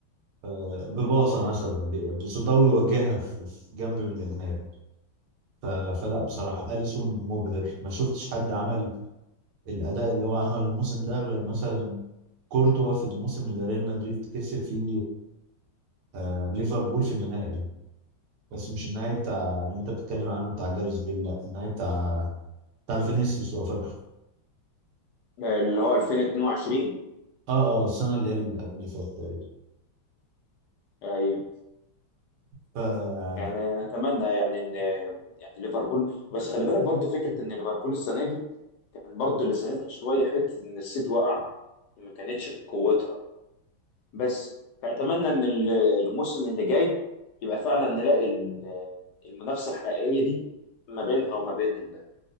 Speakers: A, on the right; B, on the left.
A: آه، بباصة مثلا ب- بصداوي يوجهها في في جنب من الأجنبي ف- فلا بصراحة أليسون مبهر ما شفتش حد عمل الأداء اللي هو عمله الموسم ده غير مثلا كورتوا في الموسم اللي ريال مدريد كسب فيه آه، ليفربول في النهائي بس مش النهائي بتاع اللي انت بتتكلم عنه بتاع جاريث بيل لا النهائي بتاع بتاع فينيسيوس لو فاكره
B: اللي هو 2022
A: اه اه السنة اللي هي اللي قبل اللي فاتت تقريبا
B: ايوه
A: ف
B: يعني اتمنى يعني ان يعني ليفربول بس خلي بالك برضو فكره ان ليفربول السنه دي كان برضو اللي ساندها شويه حته ان السيتي وقع ما كانتش بقوتها بس فاتمنى ان ال- الموسم اللي جاي يبقى فعلا نلاقي ال- المنافسه الحقيقيه دي ما بينها وما بين ال-